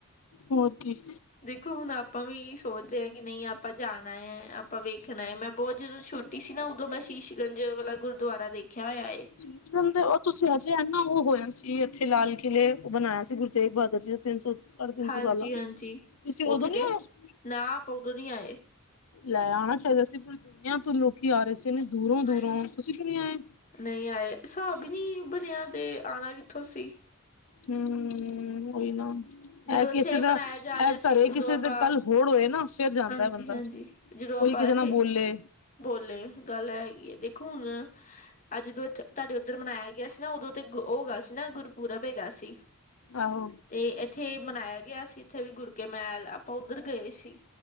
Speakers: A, on the left; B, on the left.
A: ਹੋਰ ਕੀ
B: ਦੇਖੋ ਹੁਣ ਆਪਾਂ ਵੀ ਸੋਚਦੇ ਹਾਂ। ਕਿ ਨਹੀਂ ਆਪ ਆਪਾਂ ਜਾਣਾ ਹੈ। ਆਪਾਂ ਵੇਖਣਾ ਹੈ। ਮੈਂ ਬਹੁਤ ਜਦੋਂ ਛੋਟੀ ਸੀ। ਨਾ ਉਦੋਂ ਮੈਂ ਸ਼ੀਸ਼ਗੰਜ ਜਦੋਂ ਵਾਲਾ ਗੁਰਦੁਆਰਾ ਦੇਖਿਆ ਹੋਇਆ ਹੈ।
A: ਚੀਜ਼ ਦਿੰਦੇ ਉਹ ਤੁਸੀਂ ਅੱਜ ਤੇ ਨਾ ਉਹ ਹੋਇਆ ਸੀ। ਇੱਥੇ ਲਾਲ ਕਿਲ੍ਹੇ ਬਣਾਇਆ ਸੀ। ਗੁਰੂ ਤੇਗ ਬਹਾਦਰ ਜੀ ਦਾ। ਤਿੰਨ ਸੌ ਸਾਢੇ ਤਿੰਨ
B: ਹਾਂਜੀ
A: ਸੌ ਸਾਲਾਂ।
B: ਹਾਂਜੀ
A: ਤੁਸੀਂ ਉਦੋਂ
B: ਉੱਥੇ
A: ਨੀ
B: ਗਏ
A: ਆਏ।
B: ਨਾ, ਆਪਾ ਉਦੋਂ ਨੀ ਆਏ।
A: ਲੈ ਆਉਣਾ ਚਾਹੀਦਾ ਸੀ। ਪੂਰੀ ਦੁਨੀਆਂ ਤੋਂ ਲੋਕੀ ਆ ਰਹੇ ਸੀ। ਇਨੇ ਦੂਰੋਂ-ਦੂਰੋਂ,
B: ਨਹੀਂ
A: ਤੁਸੀਂ ਕਿਉਂ ਨੀ ਆਏ।
B: ਨਹੀਂ ਆਏ, ਹਿਸਾਬ ਹੀ ਨਹੀਂ ਬਣਿਆ। ਤੇ ਆਉਣਾ ਕਿੱਥੋਂ ਸੀ।
A: ਹਮ ਉਹੀ ਨਾ।
B: ਜਦੋਂ
A: ਇਹ
B: ਇੱਥੇ
A: ਕਿਸੇ ਦਾ,
B: ਮਨਾਇਆ ਜਾ ਰਿਹਾ
A: ਇਹ
B: ਸੀ
A: ਘਰੇ ਕਿਸੇ
B: ਉਦੋਂ ਆਪਾਂ
A: ਦਾ ਕੱਲ੍ਹ ਹੋਰ ਹੋਏ ਨਾ, ਫਿਰ ਜਾਂਦਾ
B: ਹਾਂਜੀ
A: ਬੰਦਾ।
B: ਹਾਂਜੀ ਜਦੋਂ ਆਪਾਂ
A: ਕੋਈ ਕਿਸੇ
B: ਇੱਥੇ
A: ਨਾਲ ਬੋਲੇ।
B: ਬੋਲੇ, ਗੱਲ ਐ ਹੈਗੀ ਹੈ। ਦੇਖੋ ਹੁਣ ਅੱਜ ਜਦੋਂ ਤੁਹਾਡੇ ਉੱਧਰ ਮਨਾਇਆ ਗਿਆ ਸੀ। ਨਾ ਉਦੋਂ ਤੇ ਉਹ ਗਿਆ ਸੀ ਨਾ ਗੁਰਪੁਰਬ ਹੈਗਾ ਸੀ।
A: ਆਹੋ।
B: ਤੇ ਇੱਥੇ ਮਨਾਇਆ ਗਿਆ ਸੀ। ਇੱਥੇ ਵੀ ਗੁਰ ਕੇ ਮਹਿਲ, ਆਪਾਂ ਉੱਧਰ ਗਏ ਸੀ।